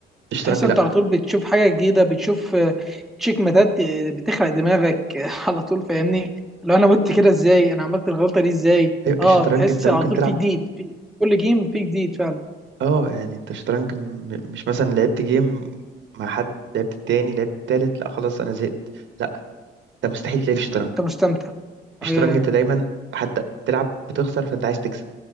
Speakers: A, on the right; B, in the centre.
A: الشطرنج
B: تحس انت
A: لا
B: على طول بتشوف حاجه جديده بتشوف آه، تشيك ماتات آه، بتخلق دماغك آه، <laughs> على طول فاهمني لو انا مت كده ازاي انا عملت الغلطه دي ازاي
A: ايوه
B: اه
A: الشطرنج
B: تحس
A: انت ممكن
B: على طول
A: تلعب
B: في جديد في كل جيم في جديد فعلا
A: اه يعني انت الشطرنج م- مش مثلا لعبت جيم مع حد لعبت التاني لعبت التالت لا خلاص انا زهقت لا ده مستحيل تلاقي في الشطرنج
B: انت مستمتع
A: الشطرنج
B: آه،
A: انت دايما حتى بتلعب بتخسر فانت عايز تكسب